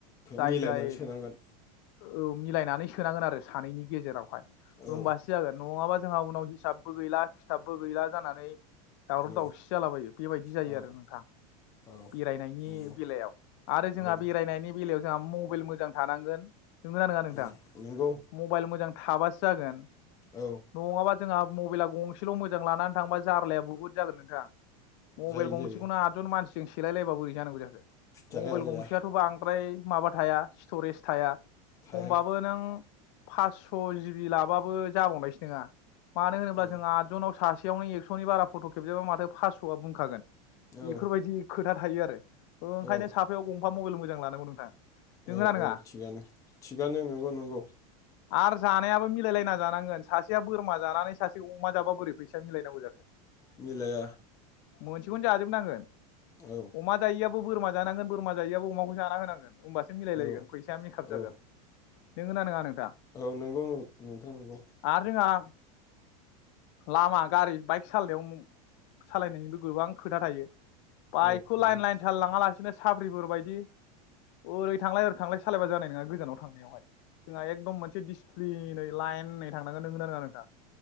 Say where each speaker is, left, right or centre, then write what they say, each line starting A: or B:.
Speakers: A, on the left (about 50°); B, on the left (about 15°).
A: जाय-
B: मिलायनानै
A: जाय
B: सोनांगोन
A: औ मिलायनानै सोनांगोन आरो सानैनि गेजेरावहाय
B: औ
A: ओमबासो जागोन नंगाबा जोंहा उनाव हिसाबबो गैला खिथाबबो गैला जानानै दावराव
B: औ
A: - दावसि जालाबायो बेबायदि जायो
B: औ
A: आरो नोंथां
B: औ
A: बेरायनायनि
B: नंगौ
A: बेलायाव आरो जोंहा
B: औ
A: बेरायनायनि बेलायाव जोंहा मबेल मोजां थांनांगोन नंगौ ना नङा नोंथां
B: उम नंगौ
A: मबायल मोजां थाबासो जागोन
B: औ
A: नङाबा जोंहा मबाइला गंसेल' मोजां लानानै थांबा जार्लाया बहुत जागोन नोंथा मबायल
B: जायो
A: गंसेखौनो
B: जायो
A: आदजन मानसिजों सेलायलायबा बोरै जानांगौ जाखो
B: जाया
A: मबेल
B: जाया
A: गंसेआथ' बांद्राय माबा थाया स्ट'रेज थाया
B: थाया
A: खमबाबो नों फासस' जिबि लाबाबो जाबावनायसो नङा मानो होनोब्ला
B: औ
A: जों आदजनाव सासेयावनो एकस'नि बारा फट' खेबजाबा माथो फासस'आ बुंखागोन
B: औ
A: बेफोरबायदि खोथा थायो आरो ओंखायनो
B: औ
A: साफायाव गंफा मबाइल मोजां लानांगौ नोंथां नोंगोना
B: औ
A: नोङा
B: औ थिगानो थिगानो नंगौ नंगौ
A: आर जानायाबो मिलायलायना जानांगोन सासेया बोरमा जानानै सासे अमा जाबा बोरै फैसा मिलायनांगौ जाखो
B: मिलाया
A: मोनसेखौनो जाजोबनांगोन
B: औ
A: अमा जायैआबो बोरमा जानांगोन बोरमा जायैआबो अमाखौ जाना होनांगोन। होमबासो मिलायलायगोन
B: औ
A: फैसाया मेकाप जागोन।
B: औ
A: नोंगौना नङा नों
B: औ नंगौ नोंथां नंगौ
A: आरो <inaudible> लामा गारि बाइक सालायनायाव सालायनायनिबो गोबां खोथा थायो‌। बाइकखौ
B: औ थायो
A: लाइन लइन सालाय लांङा लासिनो साप्रिफोर बायदि ओरै थांलाय ओरै थांलाय सालायबा जानाय नङा गोजानाव थांनायावहाय जोंहा एकदम मोनसे डिसिप्लिनै लाइनै थांनांगोन नोंगौ ना नङा नोंथां